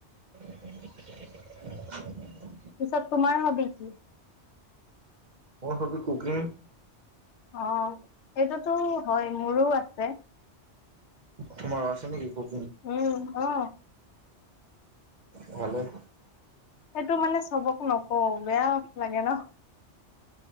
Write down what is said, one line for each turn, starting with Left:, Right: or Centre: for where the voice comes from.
Right: <inaudible>
Left: পিছে তোমাৰ হবি কি?
Right: মোৰ হবি কুকিং
Left: অ সেইটোতো হয়, মোৰো আছে।
Right: তোমাৰ আছে নেকি কত?
Left: উম, অ।
Right: ভালেই।
Left: সেইটো মানে চবক নকওঁ বেয়া লাগে ন